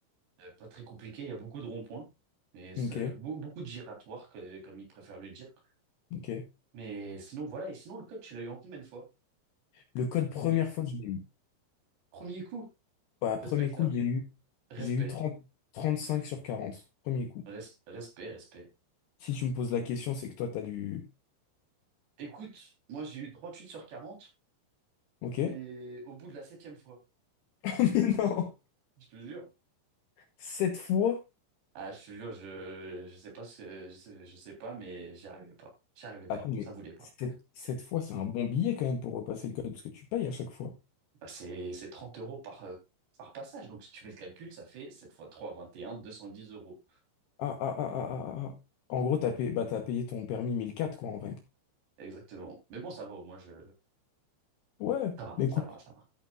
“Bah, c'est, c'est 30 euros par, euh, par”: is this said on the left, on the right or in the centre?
Right